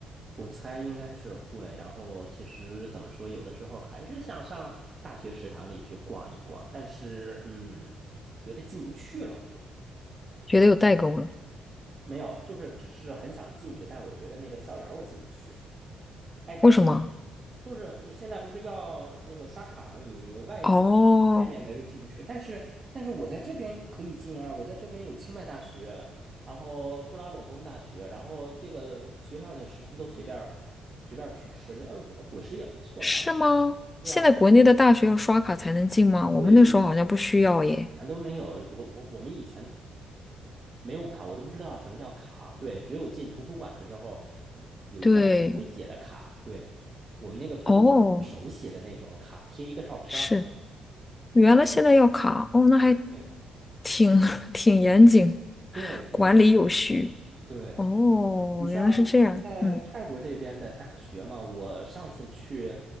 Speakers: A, on the right; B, on the left.
A: 我猜应该是会。然后其实怎么说，有的时候还是想上大学食堂里去逛一逛，但是嗯，觉得进不去了。
B: 觉得有代沟了，
A: 没有，就是只是很想进去，但我觉得那个校园我进不去。哎，但是
B: 为什么？
A: 就是嗯现在不是要那个刷卡吗？你外外外外面的又进不去，
B: 哦，
A: 但是但是我在这边可以进啊，我在这边有清迈大学，然后朱拉隆功大学，然后这个学校的食堂都随便儿随便儿去吃，嗯，伙伙食也不错，
B: 是吗？
A: 蛮好的对啊，
B: 现在国内的大学要刷卡才能进吗？我们那时候好像不需要耶。
A: 对对，以前都没有，我我我们以前没有卡，我都不知道什么叫卡。对，只有进图书馆的时候，有一张手写的卡。
B: 对，
A: 对，我们那个图书馆手写的那种卡，
B: 哦，
A: 贴一个照片儿。
B: 是。原来现在要卡哦，那还
A: 对
B: 挺 <laughs> 挺严谨，
A: 对，挺严。
B: 管理有序。
A: 对。
B: 哦，
A: 你像在泰国这边的大学嘛，
B: 原来是这样。嗯
A: 我上次去，